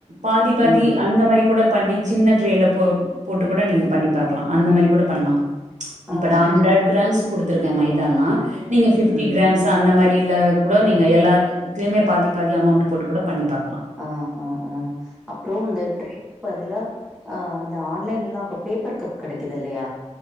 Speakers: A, on the right (about 80°); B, in the centre.
A: பாதி பாதி
B: ம்
A: அந்த மாரி கூட பண்ணி சின்ன ட்ரேல போ போட்டு கூட நீங்க பண்ணி பாக்கலா அந்த மாரி கூட பண்ணலா
B: ஆ
A: இப்ப நா ஹண்ட்ரட் கிராம்ஸ் குடுத்துருக்கே மைதானா நீங்க பிப்டி
B: ம்
A: கிரா ம்ஸ் அந்த மாரி இதுல கூட நீங்க எல்லாத்தலயுமே பாதி பாதி அமௌண்ட் போட்டு கூட பண்ணி பாக்கலா
B: ஆ ஆ ஆ அப்பறோ இந்த ட்ரே இப்ப அதுல ஆ இந்த ஆன்லைன்லல்லா இப்ப பேப்பர் கப் கெடைக்குது இல்லையா